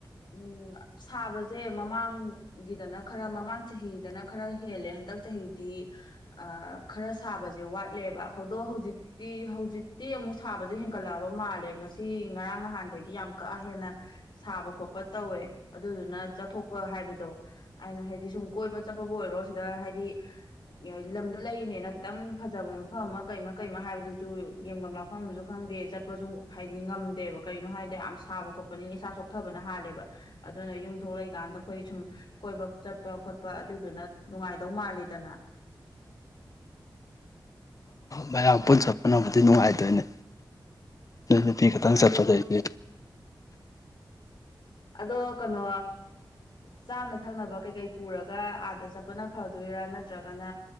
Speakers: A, on the left; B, on the left.
A: ꯎ ꯁꯥꯕꯁꯦ ꯃꯃꯥꯡꯒꯤꯗꯅ ꯈꯔ ꯃꯃꯥꯡ ꯆꯍꯤꯗꯅ ꯈꯔ ꯍꯦꯜꯂꯦ ꯍꯟꯗꯛ ꯆꯍꯤꯗꯤ ꯑ ꯈꯔ ꯁꯥꯕꯁꯦ ꯋꯥꯠꯂꯦꯕ꯫ ꯍꯧꯗꯣ ꯍꯧꯖꯤꯛꯇꯤ ꯍꯧꯖꯤꯛꯇꯤ ꯑꯃꯨꯛ ꯁꯥꯕꯁꯦ ꯍꯦꯟꯒꯠꯂꯛꯑꯕ ꯃꯥꯜꯂꯦ ꯉꯁꯤ ꯉꯔꯥꯡ ꯅꯍꯥꯟꯗꯒꯤ ꯌꯥꯝ ꯀꯥ ꯍꯦꯟꯅ ꯁꯥꯕ ꯈꯣꯠꯄ ꯇꯧꯋꯦ ꯑꯗꯨꯗꯨꯅ ꯆꯠꯊꯣꯛꯄ ꯍꯥꯏꯕꯗꯣ ꯑꯩꯅ ꯍꯥꯏꯗꯤ ꯁꯨꯝ ꯀꯣꯏꯕ ꯆꯠꯄꯕꯨ ꯑꯣꯏꯔꯣ ꯁꯤꯗ ꯍꯥꯏꯗꯤ ꯑ ꯂꯝꯗ ꯂꯩꯔꯤꯅꯦꯅ ꯈꯤꯇꯪ ꯐꯖꯕ ꯃ ꯐꯝ ꯑꯃ ꯀꯩꯃ ꯀꯩꯃ ꯍꯥꯏꯕꯗꯨꯁꯨ ꯌꯦꯡꯕꯝ ꯂꯥꯛꯐꯝ ꯑꯁꯨ ꯈꯪꯗꯦ ꯆꯠꯄꯁꯨ ꯍꯥꯏꯗꯤ ꯉꯝꯗꯦꯕ ꯀꯩꯒꯤꯅꯣ ꯍꯥꯏꯕꯗ ꯌꯥꯝ ꯁꯥꯕ ꯈꯣꯠꯄꯅꯤ ꯏꯁꯥ ꯆꯣꯛꯊꯕꯅ ꯍꯥꯜꯂꯦꯕ ꯑꯗꯨꯅ ꯌꯨꯝꯊꯂꯩꯀꯥꯟꯗ ꯑꯈꯣꯏ ꯁꯨꯝ ꯀꯣꯏꯕ ꯆꯠꯄ ꯈꯣꯠꯄ ꯑꯗꯨꯗꯨꯅ ꯅꯨꯡꯉꯥꯏꯗꯧ ꯃꯥꯜꯂꯤꯗꯅ
B: ꯃꯌꯝ ꯄꯨꯟ ꯆꯠꯄꯅꯕꯨ ꯑꯗꯨ ꯅꯨꯡꯉꯥꯏꯗꯣꯏꯅꯦ ꯅꯣꯏ ꯅꯨꯄꯤ ꯈꯇꯪ ꯆꯠꯄꯗꯩꯗꯤ
A: ꯑꯗꯣ ꯑꯗꯣ ꯀꯩꯅꯣ ꯆꯥꯅ ꯊꯛꯅꯕ ꯀꯩꯀꯩ ꯄꯨꯔꯒ ꯑꯥꯗ ꯆꯠꯄꯅ ꯐꯗꯣꯏꯔꯥ ꯅꯠꯇ꯭ꯔꯒꯅ